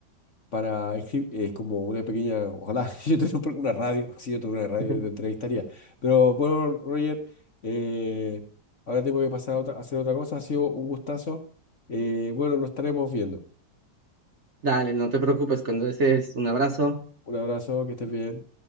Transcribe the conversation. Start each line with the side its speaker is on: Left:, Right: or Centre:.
Left: para escri- eh, como una pequeña, ojalá <laughs> yo tuviera un una radio, si yo tuviera una radio
Right: <laughs>
Left: yo te entrevistaría. Pero bueno, Roger, eh, ahora tengo que pasar a, otra- a hacer otra cosa. Ha sido un gustazo. Eh, bueno, nos estaremos viendo.
Right: Dale, no te preocupes, cuando desees, un abrazo.
Left: Un abrazo, que estés bien.